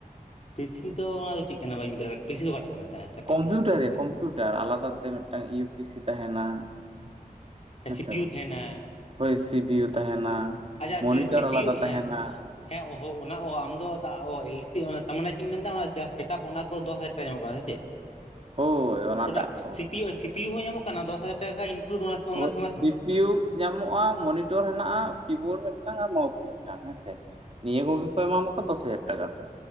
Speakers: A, on the left; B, on the right.
A: ᱯᱤ ᱥᱤ ᱫᱚ ᱚᱱᱟᱫᱚ ᱪᱮᱫ ᱠᱟᱱᱟ? ᱵᱟᱹᱧ ᱵᱩᱡᱷᱟᱹᱣ ᱫᱟᱲᱮᱭᱟᱜ ᱠᱟᱱᱟ ᱯᱤ ᱥᱤ ᱫᱚ ᱚᱠᱟᱴᱟᱜ ᱠᱚ ᱢᱮᱛᱟᱜᱼᱟ? ᱠᱟᱹᱴᱤᱡ
B: ᱠᱚᱢᱯᱤᱭᱩᱴᱟᱨ
A: ᱞᱟᱹᱭ ᱢᱮᱥᱮ
B: ᱮ ᱠᱚᱢᱯᱤᱭᱩᱴᱟᱨ, ᱟᱞᱟᱫᱟ ᱛᱮ ᱢᱤᱫ ᱴᱟᱝ ᱤᱭᱩ ᱯᱤ ᱥᱤ ᱛᱟᱦᱮᱱᱟ, ᱦᱮᱸ
A: ᱥᱤ
B: ᱥᱮ
A: ᱯᱤ ᱭᱩ
B: ᱵᱟᱝ
A: ᱛᱟᱦᱮᱱᱟ,
B: ᱦᱳᱭ ᱥᱤᱯᱤᱭᱩ ᱛᱟᱦᱮᱱᱟ
A: ᱟᱪᱷᱟ
B: ᱢᱚᱱᱤᱴᱟᱨ
A: ᱥᱮ ᱥᱤ
B: ᱟᱞᱟᱫᱟ
A: ᱯᱤ ᱭᱩ
B: ᱛᱟᱦᱮᱱᱟ
A: ᱦᱮᱸ, ᱦᱮᱸ ᱚᱦ ᱚᱱᱟ ᱚᱦᱚ ᱟᱢ ᱫᱚ ᱚ ᱮᱞ ᱥᱤ ᱛᱟ ᱢᱟᱱᱮ ᱪᱮᱫ ᱮᱧ ᱢᱮᱱᱫᱟ ᱚᱱᱟ ᱥᱮᱴᱟᱯ ᱚᱱᱟ ᱠᱚ, ᱫᱚᱥ ᱦᱟᱡᱟᱨ ᱴᱟᱠᱟ ᱧᱟᱢᱚᱜ ᱠᱟᱱᱟ ᱥᱮ ᱪᱮᱫ?
B: ᱦᱳᱭ ᱚᱱᱟᱴᱟᱜ
A: ᱴᱚᱴᱟᱞ C P U C P U ᱦᱚᱸ ᱧᱟᱢᱚᱜ ᱠᱟᱱᱟ, ᱫᱚᱥ ᱦᱟᱡᱟᱨ ᱴᱟᱠᱟ ᱤᱱᱠᱞᱩᱰ ᱚᱱᱟ
B: ᱚᱸ
A: ᱥᱚᱢᱮᱛ
B: ᱥᱤ
A: ᱦᱚᱸ
B: ᱵᱤᱭᱳᱜᱽ ᱧᱟᱢᱚᱜᱼᱟ ᱢᱚᱱᱤᱴᱚᱨ ᱦᱮᱱᱟᱜᱼᱟ᱾ ᱠᱤᱵᱳᱨᱰ ᱢᱤᱫᱴᱟᱝ ᱟᱨ ᱢᱟᱣᱥ ᱢᱤᱫᱴᱟᱝ ᱦᱮᱸᱥᱮᱫᱟ? ᱱᱤᱭᱟᱹ ᱠᱚᱜᱮ ᱠᱚ ᱮᱢᱟ ᱢᱟᱠᱚ ᱫᱚᱥ ᱦᱟᱡᱟᱨ ᱴᱟᱠᱟ ᱛᱮ,